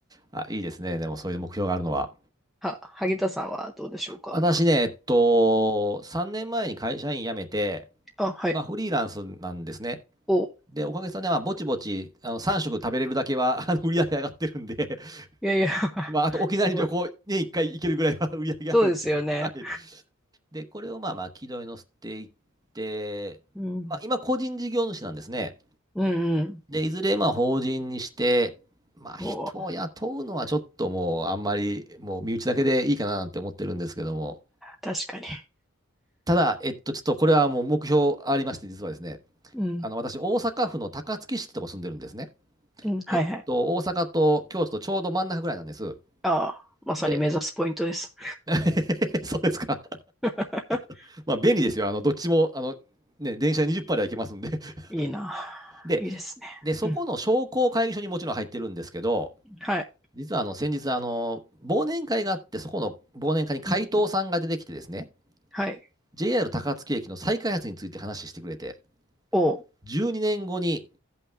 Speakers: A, on the right (about 20°); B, in the centre.
A: あ、いいですね。でもそういう目標があるのは。
B: は、萩田さんはどうでしょうか
A: 私ね、えっと、3年前に会社員辞めて、
B: あ、はい。
A: 今フリーランスなんですね。
B: お
A: で、おかげさまで、まあ、ぼちぼち、あの、3食食べれるだけは、<laughs> あの、売り上げ上がってるんで、<laughs>
B: いやいや <laughs>
A: まあ、あと沖縄に旅行、
B: すごい。
A: 年1回行けるぐらいは <laughs> 売り上げあるんで、
B: そうですよね。
A: <laughs> はい。で、これをまあまあ、軌道に乗せていって、
B: うん。
A: まあ、今、個人事業主なんですね。
B: うんうん。
A: で、いずれ、まあ、法人にして、まあ、人を雇うのはちょっともう、
B: おー
A: あんまり、もう、身内だけでいいかななんて思ってるんですけども、
B: 確かに。
A: ただ、えっと、ちょっとこれはもう目標ありまして、実はですね、
B: うん。
A: あの、私、大阪府の高槻市ってとこ住んでるんですね。
B: うん。はいはい。
A: えっと、大阪と京都とちょうど真ん中ぐらいなんです。
B: ああ、まさに目指すポイントです。
A: で、<laughs> そうですか。
B: <laughs>
A: <laughs> まあ、便利ですよ。あの、どっちも、あの、ね、電車で20分では行けますんで。
B: いいな。
A: <laughs> で、
B: いいですね。
A: で、そこの商工会議所にもちろん入ってるんですけど、
B: うん。はい。
A: 実はあの、先日、あの、忘年会があって、そこの忘年会に会頭さんが出てきてですね、
B: うんうんはい。
A: JR 高槻駅の再開発について話してくれて、
B: おお、
A: 12年後に